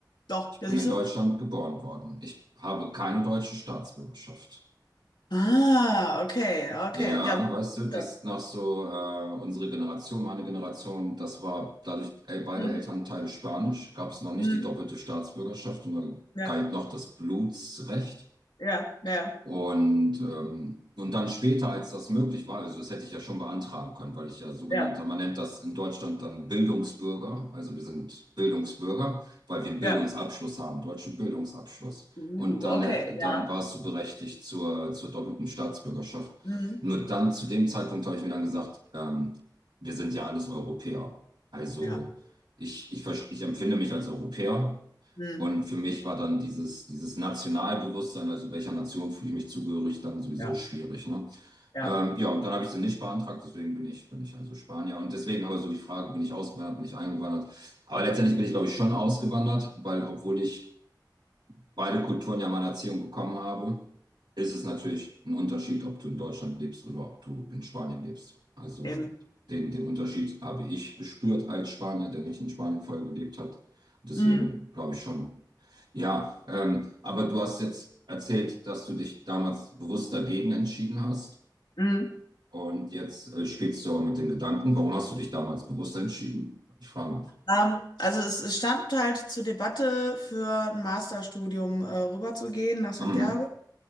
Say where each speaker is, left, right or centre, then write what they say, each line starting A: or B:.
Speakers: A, on the left; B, on the right.
A: Doch,
B: Ich
A: ja,
B: bin
A: siehst
B: in
A: du?
B: Deutschland geboren worden. Ich habe keine deutsche Staatsbürgerschaft.
A: Ah, okay, okay.
B: Ja,
A: Ja,
B: weißt du,
A: dann.
B: das noch so äh, unsere Generation, meine Generation, das war dadurch äh, beide
A: Hm,
B: Elternteile Spanisch, gab es noch nicht
A: hm,
B: die doppelte Staatsbürgerschaft und dann
A: ja,
B: galt noch das Blutsrecht.
A: ja, ja,
B: Und, ähm, und dann später, als das möglich war, also das hätte ich ja schon beantragen können, weil ich ja sogenannter,
A: ja,
B: man nennt das in Deutschland dann Bildungsbürger, also wir sind Bildungsbürger, weil wir einen Bildungsabschluss
A: ja.
B: haben, deutschen Bildungsabschluss.
A: Uh,
B: Und dann,
A: okay,
B: hä-
A: ja.
B: dann warst du berechtigt zur, zur doppelten Staatsbürgerschaft.
A: Hm,
B: Nur dann, zu dem Zeitpunkt habe ich mir dann gesagt, ähm, wir sind ja alles Europäer. Also
A: ja,
B: ich, ich, vers- ich empfinde mich als Europäer
A: hm,
B: und für mich war dann dieses, dieses Nationalbewusstsein, also welcher Nation fühle ich mich zugehörig, dann sowieso
A: ja,
B: schwierig, ne?
A: ja,
B: Ähm, ja, und dann habe ich sie nicht beantragt, deswegen bin ich, bin ich also Spanier. Und deswegen aber so die Frage, bin ich ausgewandert, bin ich eingewandert? Aber letztendlich bin ich, glaube ich, schon ausgewandert, weil obwohl ich beide Kulturen ja meine Erziehung bekommen habe, ist es natürlich ein Unterschied, ob du in Deutschland lebst oder ob du in Spanien lebst. Also
A: eben.
B: den, den Unterschied habe ich gespürt als Spanier, der nicht in Spanien vorher gelebt hat. Und deswegen
A: Hm,
B: glaube ich schon. Ja, ähm, aber du hast jetzt erzählt, dass du dich damals bewusst dagegen entschieden hast.
A: hm.
B: Und jetzt äh, spielst du aber mit den Gedanken, warum hast du dich damals bewusst entschieden? Ich frage. mich.
A: Ähm, also es, es stand halt zur Debatte für ein Masterstudium äh, rüberzugehen nach Santiago,
B: Mhm.